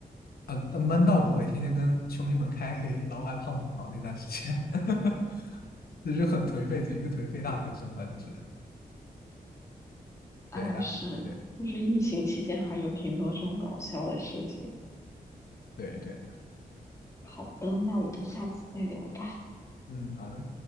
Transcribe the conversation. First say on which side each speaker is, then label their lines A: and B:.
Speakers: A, on the left; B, on the left.
A: 啊呃，闷倒不会，天天跟兄弟们开黑，老外胖不少那段时间。<laughs> 这是很颓废的一个颓废大学生吧，就是
B: 哎，
A: 对大对
B: 是，就是疫情期间还有挺多这种搞笑的事情。
A: 对对的，
B: 好的，那我们下次再聊吧。
A: 嗯，好的。